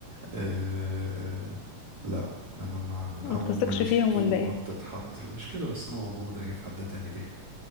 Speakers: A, on the right (about 50°); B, on the left (about 80°).
A: أه لا انا مع من
B: ما
A: اول
B: بتثقش فيهم
A: طوبة
B: ولا ايه
A: بتتحط مش كده بس انا موجود اجيب حد تاني ليه